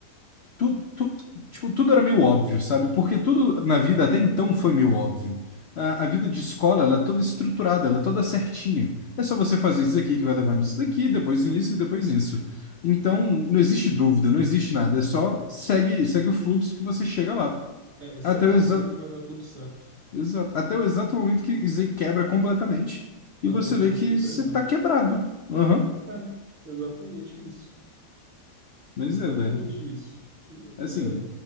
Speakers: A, on the left (about 60°); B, on the right (about 50°).
A: tu, tu- tipo, tudo era meio óbvio, sabe? Porque tudo na vida até então foi meio óbvio. A, a vida de escola, ela é toda estruturada, ela é toda certinha. É só você fazer isso aqui que vai levar nisso daqui, depois nisso e depois nisso. Então, não existe dúvida, não existe nada. É só segue, segue o fluxo que você chega lá.
B: É, é só
A: Até
B: fazer
A: o exato,
B: que vai dar tudo certo.
A: exato, até o exato momento que isso aí quebra completamente e
B: Até
A: você
B: o momento
A: vê que
B: que tá
A: você
B: errado.
A: tá quebrado. Aham.
B: É, exatamente isso.
A: Mas
B: Exatamente
A: é, velho.
B: isso. É
A: Assim.